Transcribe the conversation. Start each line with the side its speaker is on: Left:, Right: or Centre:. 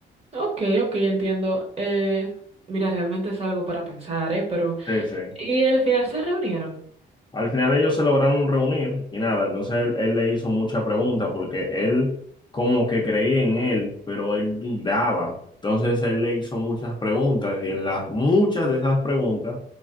Right: Ok, ok, entiendo. Eh, mira, realmente es algo para pensar, ¿eh? Pero...
Left: Sí, sí.
Right: ¿Y al final se reunieron?
Left: Al final ellos se lograron reunir y nada, entonces él, él le hizo mucha pregunta porque él como que creía en él, pero él dudaba. Entonces él le hizo muchas preguntas y en las muchas de esas preguntas,